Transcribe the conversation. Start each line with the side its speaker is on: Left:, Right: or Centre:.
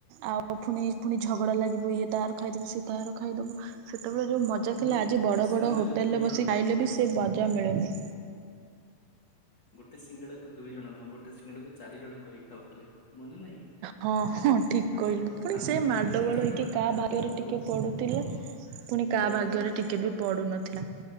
Right: ଆଉ ଫୁଣି ଫୁଣି ଝଗଡା ଲାଗିବୁ ଇଏ ତାର ଖାଇଦବ ସିଏ ତାର ଖାଇଦବୁ ସେତେବେଳେ ଯୋଉ ମଜା ଥିଲା
Left: ହୁଁ
Right: ଆଜି
Left: ଗୋଟେ
Right: ବଡ଼
Left: ସିଙ୍ଗଡାକୁ
Right: ବଡ଼ ହୋଟେଲରେ
Left: ଦୁଇ ଜଣ
Right: ବସି
Left: ନୁହଁ
Right: ଖାଇଲେ
Left: ଗୋଟେ
Right: ବି ସେ ମଜା ମିଳୁନି।
Left: ଗୋଟେ ସିଙ୍ଗଡାକୁ ଦୁଇ ଜଣ ନୁହଁ ଗୋଟେ ସିଙ୍ଗଡାକୁ ଚାରି ଜଣ କରିକି ଖାଉଥିଲେ ମନେ ନାଇଁ।
Right: ହଁ ହଁ ଠିକ
Left: ଆମେ
Right: କହିଲୁ
Left: ଥୋଡ
Right: ପୁଣି
Left: ଆମେ
Right: ସେ
Left: ଥୋଡି
Right: ମାଡ଼ଗୋଳ
Left: ନା ଦି
Right: ହେଇକି
Left: ଜଣ
Right: କାହା
Left: ଥିଲେ ଆଉ
Right: ଭାଗ୍ୟରେ
Left: ତ ବହୁତ
Right: ଟିକେ
Left: ଥିଲେ
Right: ପଡୁଥିଲା
Left: ହଁ।
Right: ପୁଣି କାହା
Left: ଦୌଡ଼ା
Right: ଭାଗ୍ୟରେ
Left: ଦୌଡ଼ି
Right: ଟିକେ
Left: ହେଇ ଖାଉଥିଲି।
Right: ବି ପଡୁନଥିଲା